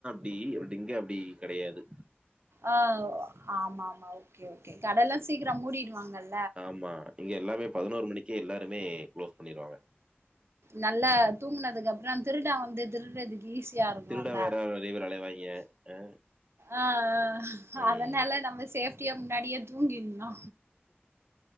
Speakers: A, on the right; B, on the right.
A: டெய்லி அப்டிங்க அப்டி கெடையாது
B: ஆ ஆமா ஆமா ஓகே ஓகே கடல்லா சீக்கிர மூடிடுவாங்கள்
A: ஆமா இங்க எல்லாமே பதினோரு மணிக்கு எல்லாருமே க்ளோஸ் பண்ணிருவாங்க
B: நல்ல தூங்கினதுக்கு அப்பறோ திருடே வந்து திருடுறதுக்கு ஈஸியா இருக்குல்ல
A: திருட வேற நெறைய பேர் அலைவாய்ங்க. அ,
B: ஆ ஆ
A: ம்.
B: அதனால நம்ம சேஃப்டியா முன்னாடியே தூங்கிர்னு